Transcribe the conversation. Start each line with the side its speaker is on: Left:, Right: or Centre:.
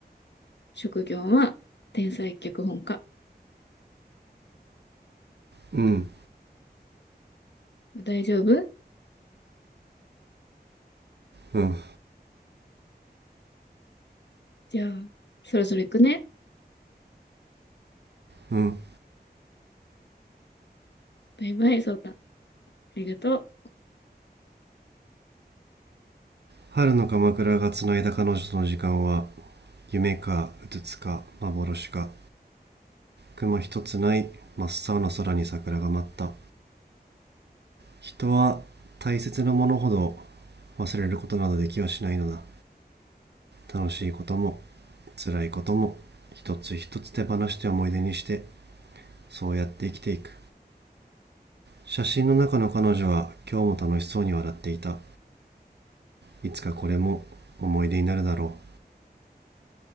Left: 職業は天才脚本家。
Right: うん
Left: 大丈夫
Right: うん
Left: じゃあ、そろそろ行くね。
Right: うん
Left: バイバイ、聡太。ありがとう。
Right: 春の鎌倉がつないだ彼女との時間は夢かうつつか幻か雲一つない真っ青な空に桜が舞った人は大切なものほど忘れることなどできはしないのだ楽しいことも辛いことも一つ一つ手放して思い出にしてそうやって生きていく写真の中の彼女は今日も楽しそうに笑っていたいつかこれも思い出になるだろう